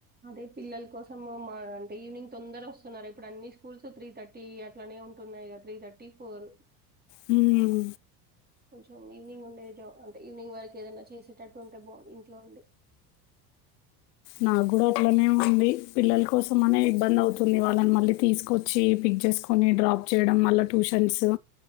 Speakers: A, on the right (about 20°); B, on the left (about 70°).
A: అదే పిల్లల కోసం మా అంటే ఈవినింగ్ తొందర వస్తున్నారా ఇప్పుడు అన్ని స్కూల్స్ త్రీ థర్టీ అట్లనే ఉంటున్నాయి త్రీ థర్టీ ఫోర్
B: హ్మ్
A: కొంచెం ఈవినింగ్ ఉండే అంటే ఈవినింగ్ వరకు ఏదైనా చేసేటట్టు ఉంటే బా ఇంట్లో ఉండి
B: నాకు కూడా అట్లనే ఉంది పిల్లల కోసం అనే ఇబ్బంది అవుతుంది వాళ్ళని మళ్ళీ తీసుకొచ్చి పిక్ చేసుకొని డ్రాప్ చేయడం మల్లా టూషన్సు